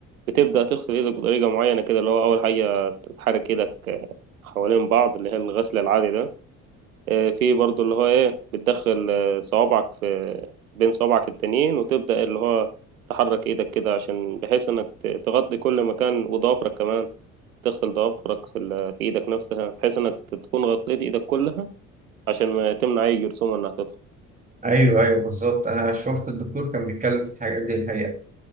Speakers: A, on the right; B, on the right.
A: بتبدأ تغسل ايدك بطريقة معينة كده اللي هو اول حاجة تحرك ايدك آه، حوالين بعض اللي هي الغسل العادي ده آه، في برضو اللي هو ايه بتدخل آه، صوابعك في بين صوابعك التانيين وتبدأ اللي هو تحرك ايدك كده عشان بحيث انك ت- تغطي كل مكان وضوافرك كمان تغسل ضوافرك في, ال- في ايدك نفسها بحيث انك تكون غطيت ايدك كلها عشان ما تمنع اي جرثومة انها تدخل
B: ايوه ايوه بالظبط انا شفت الدكتور كان بيتكلم في الحاجات دي الحقيقه